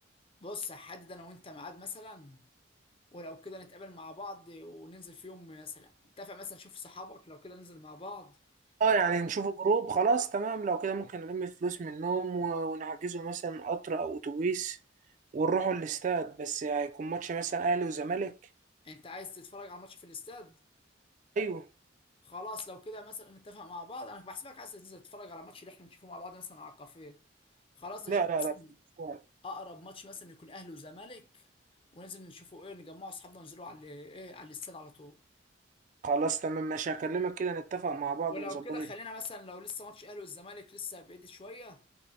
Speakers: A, on the left (about 25°); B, on the right (about 40°).
A: بص هحدد انا وانت ميعاد مثلا ولو كده نتقابل مع بعض وننزل في يوم مثلا نتفق مثلا شوف صحابك لو كده ننزل مع بعض
B: أه
A: وأنا-
B: يعني نشوفه جروب خلاص تمام لو كده ممكن نلم الفلوس منهم و... ونحجزه مثلا قطر أو أتوبيس ونروحوا الاستاد بس هيكون ماتش مثلا أهلي وزمالك
A: انت عايز تتفرج على ماتش في الاستاد
B: أيوه
A: خلاص لو كده مثلا نتفق مع بعض انا بحسبك عايز تنزل تتفرج على ماتش اللي احنا نشوفه مع بعض مثلا على الكافيه خلاص نشوف
B: لا لا
A: مثلا
B: لا في الاستاد.
A: اقرب ماتش مثلا يكون اهلي وزمالك وننزل نشوفه ايه نجمعه اصحابنا وننزلوا على ايه على الاستاد على طول
B: خلاص تمام ماشي هكلمك كده نتفق مع بعض
A: ولو
B: ونظبط
A: كده
B: الد-
A: خلينا مثلا لو لسه ماتش اهلي والزمالك لسه بعيد شويه